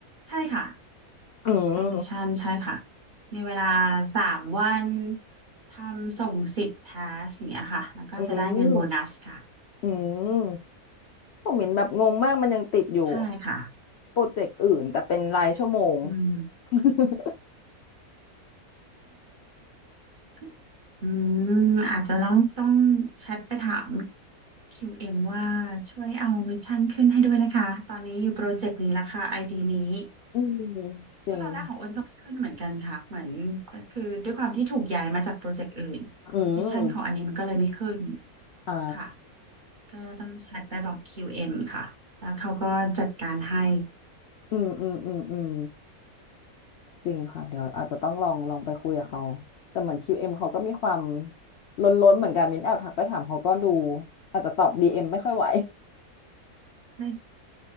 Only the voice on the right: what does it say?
ใช่ค่ะ
ทำมิชชั่นใช่ค่ะมีเวลาสามวันทำส่งสิบทัสอย่างเงี้ยค่ะแล้วก็จะได้เงินโบนัสค่ะ
ใช่ค่ะ
อืม
<coughs> อืมอาจจะต้องต้องแชทไปถาม QM วเอ็มว่าช่วยเอามิชชั่นขึ้นให้ด้วยนะคะตอนนี้อยู่โปรเจกต์นี้ละค่ะไอดีนี้
เพราะตอนแรกของอ้นก็ไม่ขึ้นเหมือนกันค่ะเหมือนก็คือด้วยความที่ถูกย้ายมาจากโปรเจกต์อื่น
มิชชั่นของอันนี้มันก็เลยไม่ขึ้น
ค่ะก็ต้องแชทไปบอก QM ค่ะแล้วเขาก็จัดการให้
ไม่